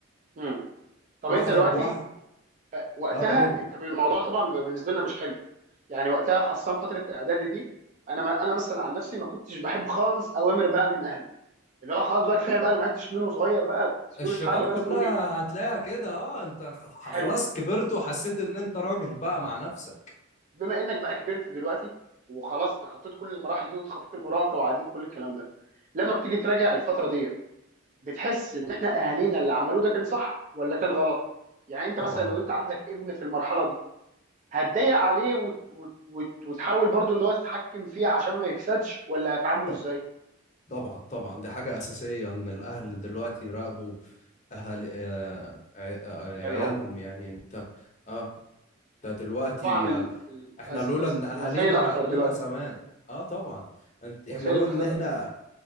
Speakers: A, on the right (about 40°); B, on the left (about 35°).
A: مم. طب
B: واحده
A: انت دلوقتي
B: بواحده
A: وقتها
B: اه قول
A: انت الموضوع طبعا بيبقى بالنسبه لنا مش حلو يعني وقتها خاصه فتره اعدادي دي انا ما انا مثلا عن نفسي ما كنتش بحب خالص اوامر بقى من اهلي اللي هو خلاص بقى كفايه بقى انا ما عدتش منه صغير بقى سيبوني
B: الشباب
A: في حالي بقى
B: كلها
A: سيبوني
B: هتلاقيها كده اه انت ح-
A: حلو
B: خلاص كبرت وحسيت ان انت راجل بقى مع نفسك
A: بما انك بقى كبرت دلوقتي وخلاص تخطيت كل المراحل دي وتخطيت المراهقه وعديت كل الكلام ده لما بتيجي تراجع الفتره دي بتحس ان احنا اهالينا اللي عملوه ده كان صح ولا كان غلط يعني انت
B: طبعا
A: مثلا لو انت عندك ابن في المرحله دي هتضايق عليه وت... وت... وت... وتحاول برضو ان هو تتحكم فيه عشان ما يفسدش ولا هتعامله
B: ط-
A: ازاي
B: طبعا طبعا دي حاجة أساسية إن الأهل دلوقتي يراقبوا أهل آه، ع- آه،
A: يعني
B: عيالهم
A: لو
B: يعني أنت أه أنت دلوقتي
A: طبعا ال... ال...
B: احنا
A: أز...
B: لولا
A: أز...
B: ان اهالينا
A: الوسائل اكتر
B: راقبونا
A: دلوقتي
B: زمان اه طبعا انت
A: وسائل
B: احنا لولا
A: الفساد
B: ان احنا
A: اكتر